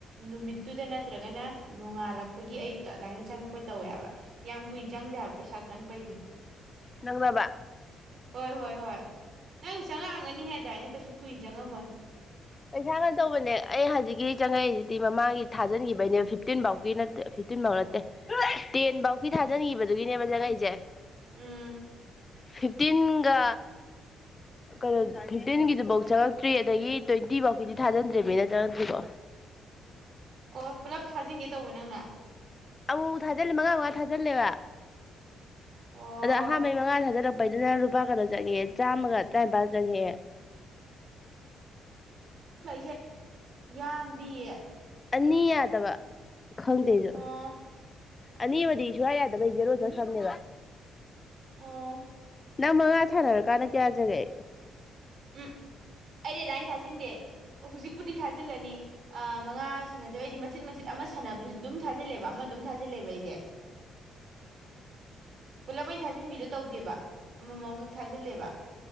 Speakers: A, on the right; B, on the left.
A: ꯅꯨꯃꯤꯠꯇꯨꯗ ꯅꯠꯇ꯭ꯔꯒꯅ ꯅꯣꯡꯉꯥꯜꯂꯛꯄꯒꯤ ꯑꯌꯨꯛꯇ ꯑꯗꯨꯃꯥꯏꯅ ꯆꯪꯉꯛꯄ ꯇꯧꯋꯦꯕ ꯌꯥꯝ ꯀꯨꯏꯅ ꯆꯪꯗꯦ ꯍꯥꯏꯕ ꯄꯩꯁꯥ ꯆꯪꯕꯩꯗꯤ
B: ꯅꯪ ꯕꯥ
A: ꯍꯣꯏ ꯍꯣꯏ ꯍꯣꯏ ꯅꯪ ꯆꯪꯉꯛꯑꯒꯅꯤ ꯍꯥꯏꯗ ꯑꯩꯅ ꯀꯩꯁꯨ ꯀꯨꯏ ꯆꯪꯉꯝꯃꯣꯏ
B: ꯄꯩꯁꯥ ꯀ ꯇꯧꯕꯅꯦ ꯑꯩ ꯍꯧꯖꯤꯛꯀꯤ ꯆꯪꯉꯛꯏꯁꯤꯗꯤ ꯃꯃꯥꯡꯒꯤ ꯊꯥꯖꯤꯟꯈꯤꯕꯩꯅꯦꯕ ꯐꯤꯐꯇꯤꯟ ꯐꯥꯎꯒꯤꯠꯇ ꯐꯤꯐꯇꯤꯟ ꯐꯥꯎ ꯅꯠꯇꯦ ꯇꯦꯟ ꯐꯧꯒꯤ ꯊꯥꯖꯤꯟꯈꯤꯕꯗꯨꯒꯤꯅꯦꯕ ꯆꯪꯉꯛꯏꯁꯦ
A: ꯎꯝ
B: ꯐꯤꯐꯇꯤꯟꯒ ꯀꯩꯅꯣ ꯐꯤꯐꯇꯤꯟꯒꯤꯗꯨꯐꯧ ꯆꯪꯉꯛꯇ꯭ꯔꯤ ꯑꯗꯒꯤ ꯇ꯭ꯋꯦꯟꯇꯤ ꯐꯥꯎꯀꯤꯗꯤ ꯊꯥꯖꯤꯟꯗ꯭ꯔꯦꯅꯤꯅ ꯆꯪꯉꯛꯇ꯭ꯔꯤꯀꯣ
A: ꯑꯣ ꯄꯨꯂꯞ ꯊꯥꯖꯤꯟꯒꯦ ꯇꯧꯕ ꯅꯪꯅ
B: ꯑꯃꯨ ꯊꯥꯖꯤꯜꯂ ꯃꯉꯥ ꯃꯉꯥ ꯊꯥꯖꯤꯜꯂꯦꯕ
A: ꯑꯣ
B: ꯑꯗꯣ ꯑꯍꯥꯥꯟꯕꯩ ꯃꯉꯥꯗ ꯍꯥꯏꯗꯔ ꯕꯩꯗꯅ ꯂꯨꯄꯥ ꯀꯩꯅꯣ ꯆꯪꯉꯦ ꯆꯥꯝꯃꯒ ꯇꯔꯥꯅꯤꯄꯥꯜ ꯆꯪꯉꯦ
A: ꯦ ꯌꯥꯝꯗꯤꯌꯦ
B: ꯑꯅꯤꯗꯕ ꯈꯪꯗꯦꯁꯨ
A: ꯑꯣ
B: ꯑꯅꯤꯃ ꯁꯨꯡꯌꯥ ꯌꯥꯗꯕꯩ ꯦꯔꯣ ꯆꯠꯈ꯭ꯔꯕꯅꯦꯕ
A: ꯎꯝ
B: ꯅꯪ ꯃꯉꯥ ꯁꯥꯟꯅꯔꯀꯥꯟꯗ ꯀꯌꯥꯖꯔꯦ
A: ꯎꯝ ꯑꯩꯗꯤꯗꯥꯏꯅ ꯊꯥꯖꯤꯟꯗꯦ ꯍꯧꯖꯤꯛꯄꯨꯗꯤ ꯊꯥꯖꯤꯜꯂꯅꯤ ꯃꯉꯥ ꯁꯥꯟꯅꯗꯕ ꯑꯩꯗꯤ ꯃꯆꯤꯠ ꯃꯆꯤꯠ ꯑꯃ ꯁꯥꯟꯅꯕꯗꯨꯁꯨ ꯑꯗꯨꯝ ꯊꯥꯖꯤꯜꯂꯦꯕ ꯑꯃ ꯑꯗꯨꯝ ꯊꯥꯖꯤꯜꯂꯦꯕ ꯑꯩꯗꯤ ꯄꯨꯂꯞ ꯑꯣꯏꯅ ꯊꯥꯖꯤꯟꯕꯤꯗꯣ ꯇꯧꯗꯦꯕ ꯑꯃꯃꯝꯈꯛ ꯊꯥꯖꯤꯜꯂꯦꯕ